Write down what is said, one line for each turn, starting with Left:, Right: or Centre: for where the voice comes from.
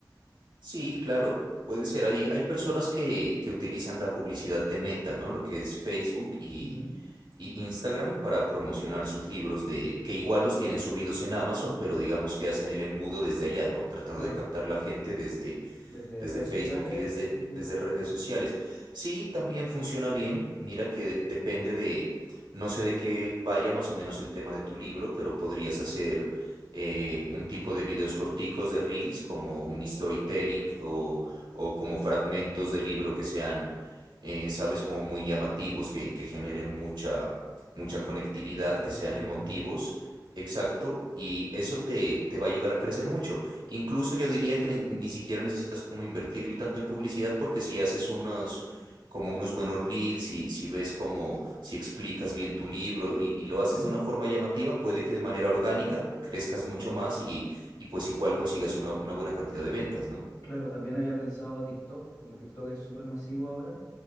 Right: Sí, claro, puede ser. Hay, hay personas que, que utilizan la publicidad de Meta, ¿no? Lo que es Facebook y,
Left: Ujú,
Right: y Instagram para promocionar sus libros de, que igual los tienen subidos en Amazon, pero digamos que hacen el embudo desde allá, ¿no? Tratando
Left: Claro,
Right: de captar la gente desde
Left: desde
Right: desde
Left: redes
Right: Facebook
Left: sociales,
Right: y desde,
Left: Facebook,
Right: desde redes
Left: claro,
Right: sociales. Sí, también funciona bien. Mira que de- depende de, no sé de qué vaya más o menos el tema de tu libro, pero podrías hacer eh, un tipo de videos corticos de reels, como un storytelling o, o como fragmentos de libro que sean, eh, sabes, como muy llamativos, que, que generen mucha, mucha conectividad,
Left: mucha conectividad,
Right: que sean emotivos.
Left: claro.
Right: Exacto, y eso te, te va a ayudar a crecer mucho. Incluso yo diría que ni, ni siquiera necesitas como invertirle tanto en publicidad porque si haces unos, como unos buenos reels, si, si ves como, si explicas bien tu libro y, y lo
Left: <clears throat>
Right: haces de una forma llamativa, puede que de manera orgánica crezcas mucho más y, y pues igual consigas una, una buena cantidad de ventas, ¿no?
Left: Claro, también había pensado TikTok, como TikTok es súper masivo ahora,